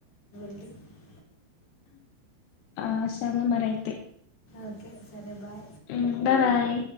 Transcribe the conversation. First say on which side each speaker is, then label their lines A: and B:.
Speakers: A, on the left; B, on the left.
A: <unintelligible>
B: ఆ సరే మరైతే
A: ఓకే సరే బాయ్
B: హ్ బాయ్ బాయ్